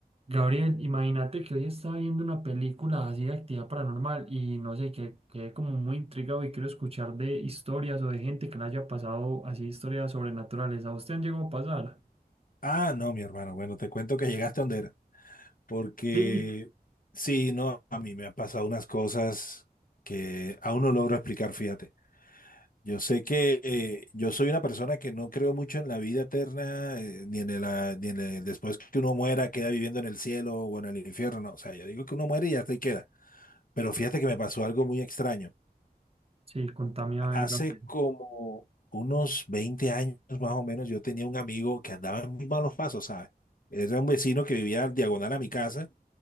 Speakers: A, on the right; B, on the left.
A: Gabriel, imagínate que hoy estaba viendo una película así de actividad paranormal y no sé, que quedé como muy intrigado y quiero escuchar de historias o de gente que le haya pasado así historias sobrenaturales. ¿A usted han llegado a pasar?
B: Ah, no, mi hermano. Bueno, te cuento que llegaste a donde era. Porque
A: Sí,
B: sí, no, a mí me han pasado unas cosas que aún no logro explicar, fíjate. Yo sé que eh, yo soy una persona que no creo mucho en la vida eterna, eh, ni en el, ah, ni en el- después que uno muera, queda viviendo en el cielo o en el infierno. No, o sea, yo digo que uno muere y hasta ahí queda. Pero fíjate que me pasó algo muy extraño.
A: Sí, contame a
B: Hace
A: ver, Gabriel.
B: como unos 20 años más o menos, yo tenía un amigo que andaba en muy malos pasos, ¿sabes? Era un vecino que vivía al diagonal a mi casa